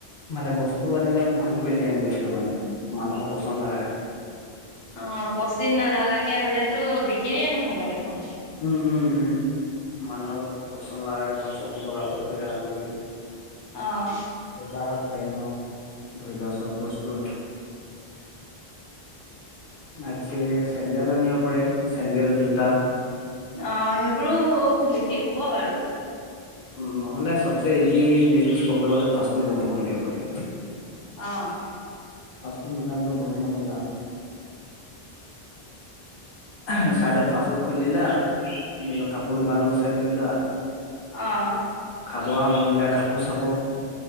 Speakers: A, on the left; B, on the left.
A: মানে বস্তু আনিলে মানে ভাল কোৱালিটি আনিব লাগিব মানে মানুহৰ পচন্দ লাগাকে
B: অ পচিন নলগাকে হলেতো বিকিৰিয়ে নহ'ব দেখোন
A: উম উম উম মানুহৰ অলপ পচন্দ লাগাকে অকমান চকুত লগা বস্তুবিলাক আনিব লাগিব
B: অঁ
A: চোলা হওক পেন্ট হওক ধৰি লোৱা চব বস্তু আৰু ভাতছে চেণ্ডেল আনিব পাৰি চেন্দেল জোতা
B: অ সেইবোৰো বিক্ৰী হ'ব বাৰু
A: উম নহ'লে চবচে ইজি বিজনেছ কবলে গ'লে ফাষ্ট ফুড দোকান খুলিব পাৰি
B: অঁ
A: ফাষ্টফুড দোকানতো বহুত মানে লাভ আছে <inaudible> চাইডত ফাষ্টফুড খুলি দিলা নিজৰ কাপোৰ দোকানো আছে ধৰি লোৱা
B: অঁ
A: খাব আহা মানুহবিলাকে কাপোৰ চাব